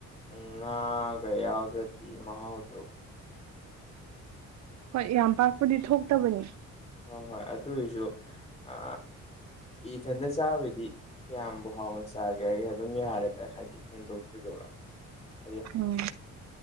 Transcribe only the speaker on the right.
ꯍꯣꯏ ꯌꯥꯝ ꯄꯥꯛꯄꯨꯗꯤ ꯊꯣꯛꯇꯕꯅꯤ
ꯎꯝ